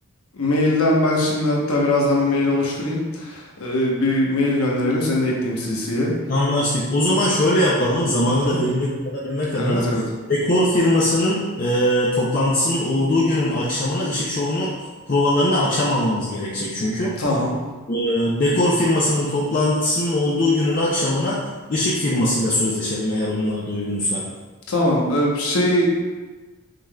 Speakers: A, on the left (about 85°); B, on the left (about 40°).
A: mailden ben şimdi hatta birazdan bir mail oluşturayım. Ee, bir mail gönderelim. Seni de ekleyeyim CC'ye.
B: Anlaştık. O zaman şöyle yapalım. Zamanı
A: Hı hı.
B: da verimli kullanabilmek adına
A: Evet evet.
B: dekor firmasının e, toplantısının olduğu günün akşamına ışık şovunu provalarını akşam almamız gerekecek çünkü.
A: Tamam.
B: E, dekor firmasının toplantısının olduğu günün akşamına ışık firmasıyla sözleşelim eğer onlar da uygunsa.
A: Tamam. Ee, şey